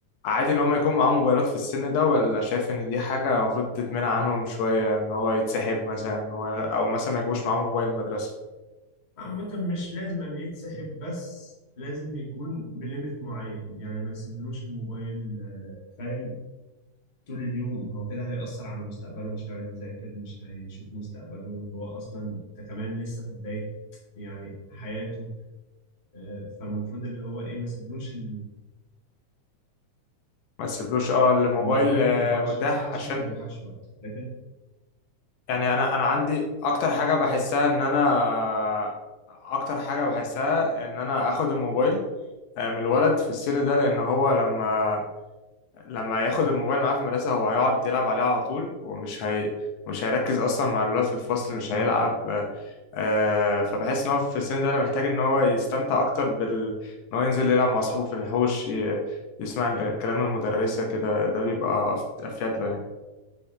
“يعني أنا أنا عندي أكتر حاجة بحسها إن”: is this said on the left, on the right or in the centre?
Left